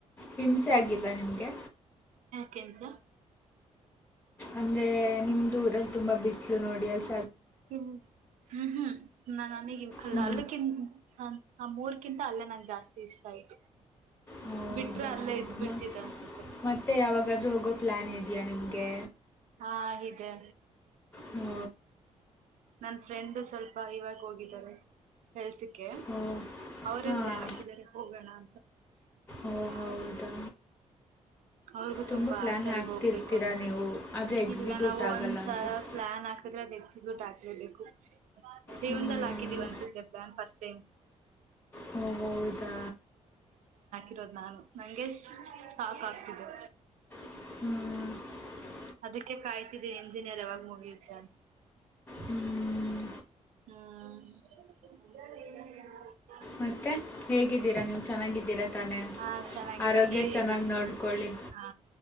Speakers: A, on the left; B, on the right.
A: ಹಿಂಸೆ ಆಗಿಲ್ವಾ ನಿಮ್ಗೆ
B: ಕೆಂಶ
A: ಅಂದ್ರೆ ನಿಮ್ದು ಊರಲ್ಲಿ ತುಂಬಾ ಬಿಸ್ಲು ನೋಡಿ ಅಲ್
B: ಹ ಹ್ಮ್ ಹ್ಮ್ ನನಗೆ ಅಲ್ಲ
A: ಹ್ಞೂ
B: ಅಲ್ಲಕ್ಕಿನ್ ಆ ಮೂರ್ಕಿಂತ ಅಲ್ಲೇ ನಂಗೆ ಜಾಸ್ತಿ ಇಷ್ಟ ಆಯ್ತು
A: ಹೌದಾ
B: ಬಿಟ್ರೆ ಅಲ್ಲೇ ಇದ್ ಬಿಡ್ತತ್ತು
A: ಮ-
B: ಅನ್ಸ
A: ಮತ್ತೆ ಯಾವಾಗಾದ್ರೂ ಹೋಗೋ ಪ್ಲಾನ್ ಇದ್ಯಾ ನಿಮ್ಗೆ
B: ಹಾ ಇದೆ
A: ಹ್ಮ
B: ನನ್ ಫ್ರೆಂಡ್ ಸ್ವಲ್ಪ ಇವಾಗ ಹೋಗಿದ್ದಾರೆ ಕೆಲ್ಸಕ್ಕೆ
A: ಓ
B: ಅವರೇ
A: ಹಾಂ
B: ಪ್ಲಾನ್ ಹಾಕಿದ್ದಾರೆ ಹೋಗೋಣ ಅಂತ ಹಾ.
A: ಓ ಹೌದಾ
B: ಹೌದು
A: ತುಂಬ
B: ತುಂಬಾ
A: ಪ್ಲ್ಯಾನ್
B: ಆಸೆ ಅಲ್ಗ
A: ಹಾಕ್ತಿರ್ತೀರ
B: ಹೋಗ್ಬೇಕು ಅಂತ
A: ನೀವು ಆದರೆ ಎಕ್ಸಿಕ್ಯೂಟ್
B: ಇಲ್ಲ ನಾವು
A: ಆಗಲ್ಲ
B: ಒಂದ್ಸ
A: ಅನ್ಸುತ್ತೆ
B: <unintelligible> ಹದ ಎಕ್ಸಿಬಟ್ಟು ಹಾಕೇಬೇಕು ಹೇಗ ಜೀವನದಲ್ಲಿ
A: ಹ್ಮ್.
B: ಹಾಕಿದ್ದೀವಲ್ಲ ಪ್ಲಾನ್ ಫಸ್ಟ್ <unintelligible>
A: ಹಾ ಹೌದಾ
B: ಇರೋದು್ ನಾನು ನಂಗೆ ಸಾಕ್ ಆಗ್ತಿದೆೆ
A: ಹ್ಮ್
B: ಅದಕ್ಕೆ ಕಾಯ್ತಿದ್ದೀನಿ ಎಂಜಿನಿಯರ್ ಯಾವಾಗ ಮುಗಿಯುತ್ತೆ ಅಂತ
A: ಹ್ಮ್.
B: ಹ
A: ಮತ್ತೆ ಹೇಗಿದ್ದೀರಾ ನೀವು ಚೆನ್ನಾಗಿದ್ದೀರಾ ತಾನೆ
B: ಹಾ ಚೆನ್ನಾಗಿದ್ದೀವಿ
A: ಆರೋಗ್ಯ
B: ನೀವ್ ಹೇಗಿದ್ದೀರಿ
A: ಚೆನ್ನಾಗಿ ನೋಡ್ಕೊಳ್ಳಿ
B: ಹಾ